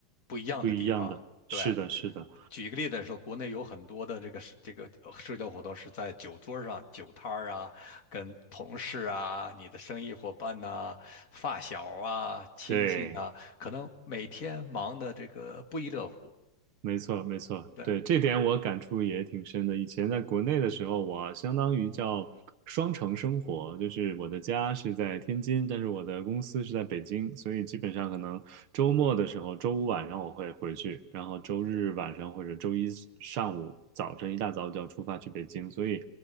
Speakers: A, on the left; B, on the right.
A: 不一样的地方，
B: 不一样的，
A: 对。
B: 是的，是的，
A: 举一个例子来说，国内有很多的这个社这个呃社交活动是在酒桌上、酒摊儿啊，跟同事啊、你的生意伙伴呐、发小啊、亲戚呐、
B: 对。
A: 可能每天忙的这个不亦乐乎。
B: 没错，没错，
A: 对，
B: 对，这点我感触也挺深的。以前在国内的时候，我相当于叫双城生活，就是我的家是在天津，但是我的公司是在北京，所以基本上可能周末的时候，周五晚上我会回去，然后周日晚上或者周一上午、早晨一大早就要出发去北京，所以